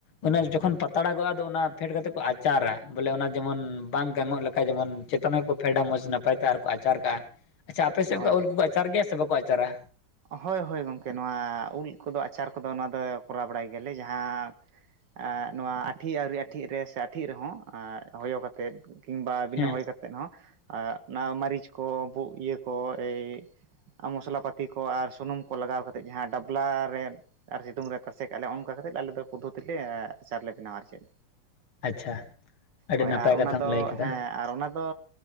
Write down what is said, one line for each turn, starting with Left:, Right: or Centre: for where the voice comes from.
Left: ᱚᱱᱟ, ᱠᱷᱚᱱ ᱯᱟᱛᱲᱟᱜᱚᱜᱼᱟ ᱟᱫᱚ ᱚᱱᱟ ᱯᱷᱮᱰ ᱠᱟᱛᱮᱫ ᱠᱚ ᱟᱪᱟᱨᱟ ᱵᱚᱞᱮ ᱚᱱᱟ ᱡᱮᱢᱚᱱ ᱵᱟᱝ ᱜᱟᱱᱚᱜ ᱞᱮᱠᱟ ᱡᱮᱢᱚᱱ ᱪᱮᱛᱟᱱ ᱨᱮᱠᱚ, ᱯᱷᱮᱰᱟ ᱢᱚᱡᱽ ᱱᱟᱯᱟᱭ ᱛᱮ ᱟᱨ ᱠᱚ ᱟᱪᱟᱨ ᱠᱟᱜᱼᱟ ᱾ ᱟᱪᱪᱷᱟ ᱟᱯᱮᱥᱮᱜ ᱚᱱᱠᱟ
Right: ᱦᱳᱭ
Left: ᱩᱞ ᱠᱩᱠᱚ ᱟᱪᱟᱨ ᱜᱮᱭᱟ ᱥᱮ ᱵᱟᱠᱚ ᱟᱪᱟᱨᱟ?
Right: ᱦᱳᱭ ᱦᱳᱭ ᱜᱚᱝᱠᱮ ᱱᱚᱣᱟ ᱩᱞ ᱠᱚᱫᱚ ᱟᱪᱟᱨ ᱠᱚᱫᱚ ᱱᱚᱣᱟ ᱫᱚ ᱠᱚᱨᱟᱣ ᱵᱟᱲᱟᱭ ᱜᱮᱭᱟᱞᱮ ᱡᱟᱦᱟᱸ ᱱᱚᱣᱟ ᱟᱴᱷᱤ ᱟᱹᱣᱨᱤ ᱟᱴᱷᱤ ᱨᱮ ᱥᱮ ᱟᱴᱷᱤ ᱨᱮᱦᱚᱸ ᱦᱚᱭᱚ ᱠᱟᱛᱮᱜ ᱠᱤᱢᱵᱟ ᱵᱤᱱᱟᱹ
Left: ᱦᱮᱸ
Right: ᱦᱚᱭᱚ ᱠᱟᱛ, ᱛᱮᱫ ᱦᱚᱸ ᱚᱱᱟ ᱢᱟᱹᱨᱤᱪ ᱠᱚ ᱤᱭᱟᱹ ᱠᱚ ᱤᱭᱟᱹ ᱠᱚ ᱢᱚᱥᱞᱟ ᱯᱟᱹᱛ ᱛᱤ ᱠᱚ ᱟᱨ ᱥᱩᱱᱩᱢ ᱠᱚ ᱞᱟᱜᱟᱣ ᱠᱟᱛᱮᱫ ᱡᱟᱦᱟᱸ ᱰᱟᱵᱞᱟ ᱨᱮ, ᱟᱨ ᱥᱤᱛᱩᱝ ᱨᱮ ᱛᱟᱥᱮ ᱠᱟᱜ ᱟᱞᱮ ᱚᱱᱠᱟ ᱠᱟᱛᱮᱫ ᱟᱞᱮ ᱫᱚ ᱯᱚᱫᱽᱷᱚᱛᱤ ᱞᱮ ᱟᱪᱟᱨ ᱞᱮ ᱵᱮᱱᱟᱣᱟ ᱟᱨ ᱪᱮᱫ᱾
Left: ᱟᱪᱪᱷᱟ ᱟᱹᱰᱤ
Right: ᱦᱳᱭ
Left: ᱱᱟᱯᱟᱭ
Right: ᱟᱨ
Left: ᱠᱟᱛᱷᱟᱢ
Right: ᱚᱱᱟ ᱫᱚ
Left: ᱞᱟᱹᱭ ᱠᱮᱫᱟ
Right: ᱦᱮᱸ, ᱟᱨ ᱚᱱᱟᱫᱚ